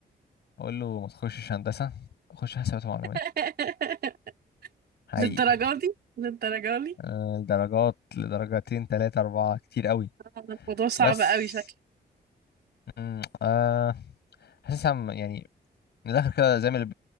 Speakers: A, on the left; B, on the right.
A: اقول له ما تخشش هندسه خش حسابات ومعلومات
B: <laughs>
A: حقيقي
B: للدرجة دي للدرجة دي
A: آه درجات لدرجتين تلاتة أربعة كتير قوي
B: هذا الموضوع صعب
A: بس
B: قوي شكله
A: مم، آه حاسسها م- يعني من الاخر كده زي ما اللي